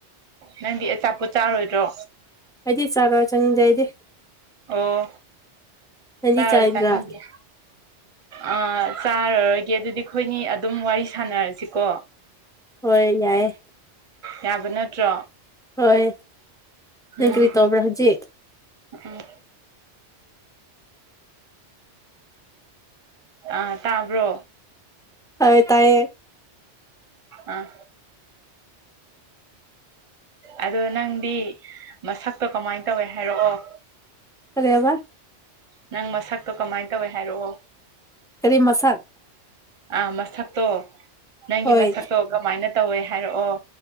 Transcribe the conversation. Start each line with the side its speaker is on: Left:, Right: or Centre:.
Right: ꯅꯪꯗꯤ ꯑꯆꯥꯄꯣꯠ ꯆꯥꯔꯣꯏꯗ꯭ꯔꯣ
Centre: ꯑꯩꯗꯤ ꯆꯥꯔꯣꯏ ꯆꯪꯅꯤꯡꯗꯦ ꯑꯩꯗꯤ
Right: ꯑꯣ
Centre: ꯅꯪꯗꯤ
Right: ꯆꯥꯔꯣꯏ
Centre: ꯆꯥꯅꯤꯡꯕ꯭ꯔꯥ
Right: ꯆꯥꯅꯤꯡꯗꯦ ꯑꯥ ꯆꯥꯔꯔꯣꯏꯒꯦ ꯑꯗꯨꯗꯤ ꯑꯩꯈꯣꯏꯅꯤ ꯑꯗꯨꯝ ꯋꯥꯔꯤ ꯁꯥꯟꯅꯔꯁꯤꯀꯣ
Centre: ꯍꯣꯏ ꯌꯥꯏꯌꯦ
Right: ꯌꯥꯕ ꯅꯠꯇ꯭ꯔꯣ
Centre: ꯍꯣꯏ ꯅꯪ
Right: ꯎꯝ
Centre: ꯀꯔꯤ ꯇꯧꯕ꯭ꯔꯥ ꯍꯧꯖꯤꯛ
Right: ꯎꯝ ꯑꯥ ꯇꯥꯕ꯭ꯔꯣ
Centre: ꯇꯥꯏꯌꯦ ꯇꯥꯏꯌꯦ
Right: ꯑꯥ ꯑꯗꯣ ꯅꯪꯗꯤ ꯃꯁꯛꯇꯣ ꯀꯃꯥꯏꯟ ꯇꯧꯋꯦ ꯍꯥꯏꯔꯛꯑꯣ
Centre: ꯀꯔꯤ ꯍꯥꯏꯕ
Right: ꯅꯪ ꯃꯁꯛꯇꯣ ꯀꯃꯥꯏꯟ ꯇꯧꯋꯦ ꯍꯥꯏꯔꯛꯑꯣ
Centre: ꯀꯔꯤ ꯃꯁꯛ
Right: ꯑꯥ ꯃꯁꯛꯇꯣ ꯅꯪꯒꯤ
Centre: ꯍꯣꯏ
Right: ꯃꯁꯛꯇꯣ ꯀꯃꯥꯏꯅ ꯇꯧꯋꯦ ꯍꯥꯏꯔꯛꯑꯣ